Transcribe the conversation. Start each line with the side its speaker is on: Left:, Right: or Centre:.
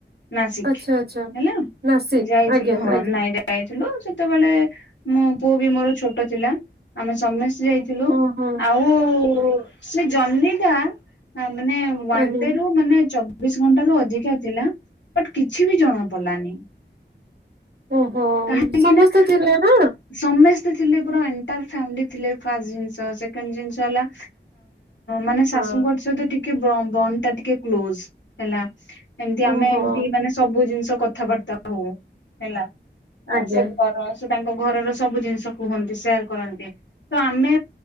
Left: ନାସିକ,
Right: ଆଚ୍ଛା ଆଚ୍ଛା
Left: ହେଲା
Right: ନାସିକ୍
Left: ଯାଇଥିଲୁ
Right: ଆଜ୍ଞା
Left: ହଁ
Right: ଆଜ୍ଞା
Left: ନାଇଁ, ନାଇଁ। ଯାଇଥିଲୁ ସେତେବେଳେ ମୋ ପୁଅ ବି ମୋର ଛୋଟ ଥିଲା ଆମେ ସମସ୍ତେ ଯାଇଥିଲୁ।
Right: ହଁ
Left: ଯାଇଥିଲୁ
Right: ହଁ
Left: ଆଉ ସେ ଜର୍ଣ୍ଣି ଟା ମାନେ, ୱାନଡେ
Right: ଆଜ୍ଞା।
Left: ରୁ ମାନେ ଚବିଶ ଘଣ୍ଟାରୁ ଅଧିକା ଥିଲା ବଟ କିଛି ବି ଜଣା ପଡିଲାନି।
Right: ଓହୋ
Left: କାହିଁକି
Right: ସମସ୍ତେ
Left: ନା
Right: ଥିଲେ
Left: ତ
Right: ନା
Left: ସମସ୍ତେ ଥିଲେ ପରା ଏଣ୍ଟ ତାର ଫାମିଲି ଥିଲେ ଫାଷ୍ଟ ଜିନିଷ ସେକେଣ୍ଡ ଜିନିଷ ହେଲା ମାନେ
Right: ହଁ
Left: ଶାଶୁଙ୍କ ସହିତ ଟିକେ ବ ବଣ୍ଡ ଟା ଟିକେ କ୍ଲୋଜ ହେଲା। ଏମତି
Right: ଓହୋ
Left: ଆମେ ଏମତି ମାନେ ସବୁ ଜିନିଷ କଥାବାର୍ତ୍ତା ହଉ ହେଲା।
Right: ଆଜ୍ଞା
Left: ସେ <unintelligible> ହଁ ସେ ତାଙ୍କ ଘରର ସବୁ ଜିନିଷ କୁହନ୍ତି ସେୟାର କରନ୍ତି। ତ ଆମେ